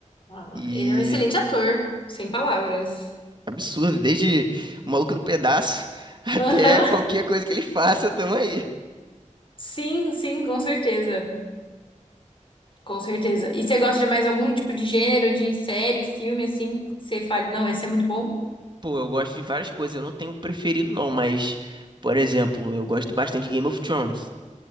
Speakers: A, on the left (about 40°); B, on the right (about 35°).
A: Ah,
B: E
A: Ele é um excelente ator, sem palavras.
B: Absurdo, desde o maluco no pedaço <laughs> até
A: Aham.
B: qualquer coisa que ele faça, tamo aí.
A: Sim, sim, com certeza. Com certeza. E você gosta de mais algum tipo de gênero, de série, filme, assim, que você fale, não, esse é muito bom?
B: Pô, eu gosto de várias coisas, eu não tenho preferido não, mas, por exemplo, eu gosto bastante de Game of Thrones.